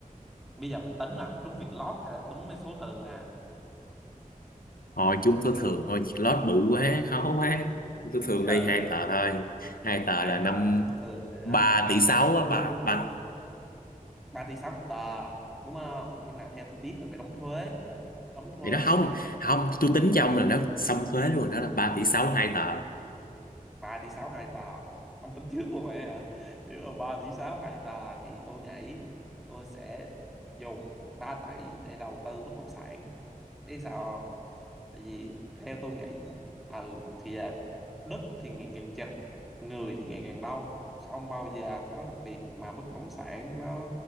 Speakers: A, in the centre; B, on the left (about 80°).
A: Bây giờ mình tính là trúng việc lót hay là trúng mấy số thường nè?
B: thôi trúng tôi thường thôi việc lót bự quá khó quá tôi thường
A: Trời,
B: đi hai tờ thôi hai tờ
A: hai
B: là năm
A: tờ số thường
B: ba
A: hả?
B: tỷ sáu
A: Hình
B: á ba
A: như
B: ba
A: 3 tỷ 6 một tờ, đúng không? Nhưng mà theo tôi biết là phải đóng thuế. Đóng thuế
B: thì nó không
A: xong các
B: không tôi tính cho ông là nó xong thuế luôn đó là ba tỷ sáu hai tờ
A: 3 tỷ 6 hai tờ. Ông tính trước luôn rồi hả? Nếu mà 3 tỷ 6 hai tờ thì tôi nghĩ tôi sẽ dùng 3 tỷ để đầu tư bất động sản. Biết sao không? tại vì theo tôi nghĩ á, ừ, thì là đất thì ngày càng chật người thì ngày càng đông không bao giờ có việc mà bất động sản nó